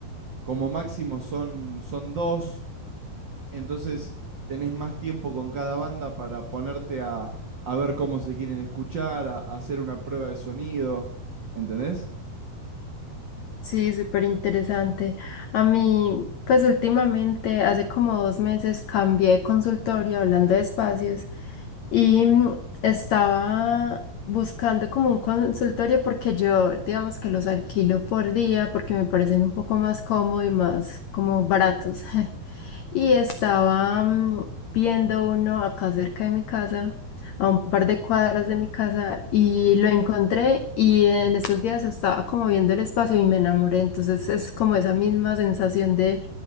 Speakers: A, on the right; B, on the left.
A: como máximo son, son dos, entonces tenés más tiempo con cada banda para ponerte a, a ver cómo se quieren escuchar, a, a hacer una prueba de sonido, ¿entendés?
B: Sí, súper interesante. A mí, pues últimamente, hace como dos meses, cambié de consultorio hablando de espacios y mm, estaba buscando como un consultorio porque yo, digamos que los alquilo por día porque me parecen un poco más cómodos y más como baratos. <laughs> Y estaba mm, viendo uno acá cerca de mi casa a un par de cuadras de mi casa y lo encontré y en estos días estaba como viendo el espacio y me enamoré. Entonces es como esa misma sensación de